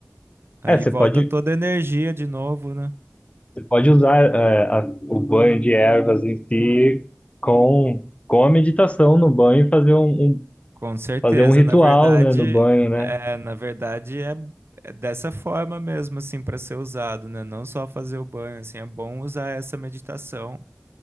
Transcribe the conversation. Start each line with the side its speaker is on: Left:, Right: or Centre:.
Right: aí
Left: É, você
Right: volta
Left: pode,
Right: toda a energia de novo, né?
Left: você pode usar é, a- o banho de ervas em si com, com a meditação no banho e fazer um, um-
Right: Com certeza.
Left: fazer um ritual,
Right: Na verdade,
Left: né, no banho, né?
Right: é, na verdade é é dessa forma mesmo, assim, para ser usado, né? Não só fazer o banho, assim, é bom usar essa meditação